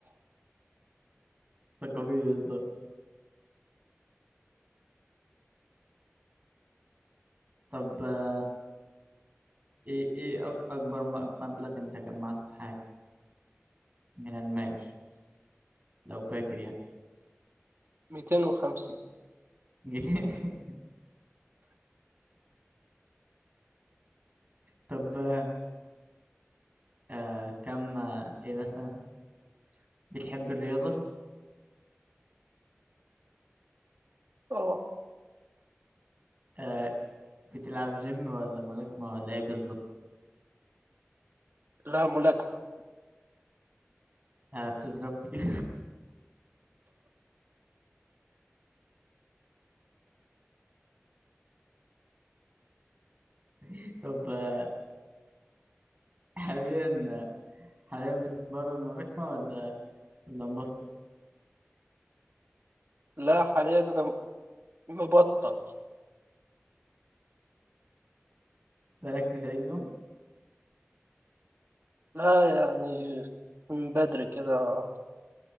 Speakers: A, on the right; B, on the right.
A: تقابلي بالظبط طب آه، ايه ايه أك اكبر م- مبلغ انت جمعته في حياتك من المال لو فاكر يعني
B: 250
A: <laughs> طب آه، آه، كم آه، ايه مثلا بتحب الرياضة
B: اه
A: آه، بتلعب جيم ولا ملاكمة ولا ايه بالظبط
B: لا ملاكمة
A: آه، بتضرب كتير <laughs> طب آه، حاليا حاليا بتتمرن ملاكمة ولا اللمبات
B: لا حاليا أنا مبطل
A: بقالك 90 يوم
B: لا يعني من بدري كده